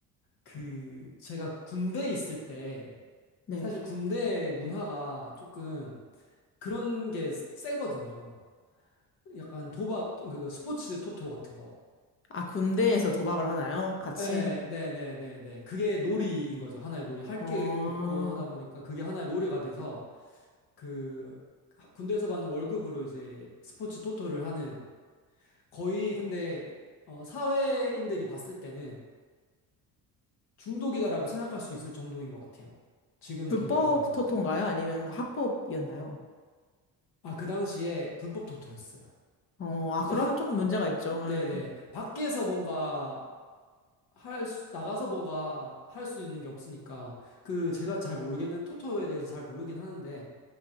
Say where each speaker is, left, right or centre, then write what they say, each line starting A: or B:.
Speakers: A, on the left; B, on the left.
A: 그 제가 군대에 있을 때
B: 네.
A: 사실 군대 문화가 조금 그런 게 세거든요. 약간 도박 그거 스포츠 토토 같은 거.
B: 아, 군대에서 도박을 하나요? 같이?
A: 네, 네, 네, 네, 네. 그게 놀이인 거죠. 하나의 놀이. 할
B: 어,
A: 게 없고 하다 보니까 그게 하나의 놀이가 돼서 그 하- 군대에서 받는 월급으로 이제 스포츠 토토를 하는 거의 근데 어, 사회인들이 봤을 때는 중독이다라고 생각할 수 있을 정도인 것 같아요. 지금
B: 불법
A: 되돌아보면.
B: 토토인가요? 아니면 합법이었나요?
A: 아, 그 당시에 불법 토토였어요.
B: 어, 아,
A: 이제
B: 그러면
A: 합,
B: 조금 문제가 있죠.
A: 네네.
B: 예.
A: 밖에서 뭔가 할 수, 나가서 뭔가 할 수 있는 게 없으니까 그 제가 잘 모르겠는 토토에 대해서 잘 모르긴 하는데